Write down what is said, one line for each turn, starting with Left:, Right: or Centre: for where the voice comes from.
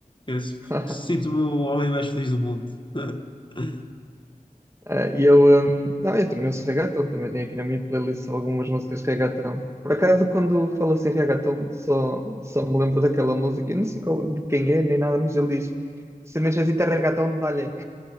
Left: Esquece.
Right: <laughs>
Left: Sinto-me o homem mais feliz do mundo. <laughs>
Right: Ah, E eu, hum, não, eu também ouço reggaeton, também tenho aqui na minha playlist algumas músicas de reggaeton. Por acaso, quando falo assim reggaeton, só, só me lembro daquela música, eu não sei qual- de quem é, nem nada, mas ele diz, se necessita reggaeton, dá-lhe.